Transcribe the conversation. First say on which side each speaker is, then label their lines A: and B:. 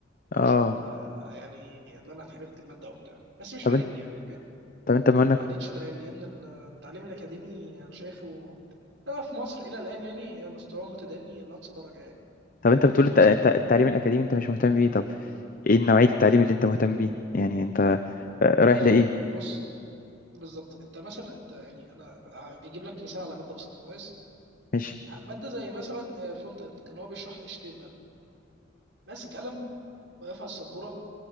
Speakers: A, on the right; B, on the left.
A: حصل
B: اه
A: آه، يعني ان انا اتحرمت الماده او بتاع بس مش فارق
B: طب انت
A: لي يعني بجد
B: طب انت بما انك
A: ما عادتش فارق لي لان التعليم الاكاديمي انا شايفه آه، في مصر الى الان يعني مستواه متدني لاقصى درجه يعني
B: طب
A: آه،
B: انت
A: ما
B: بتقول
A: بيفيدش
B: الت- الت-
A: في حاجه
B: التعليم الاكاديمي انت مش مهتم بيه طب ايه نوعية التعليم اللي انت مهتم بيه يعني انت آه، رايح
A: آه،
B: لايه
A: بص بالظبط انت مثلا انت يعني انا هجيب لك مثال على ماده بسيطه كويس
B: ماشي
A: ماده زي مثلا فرونت اند كان هو بيشرح اتش تي ام ال ماسك قلم واقف على السبوره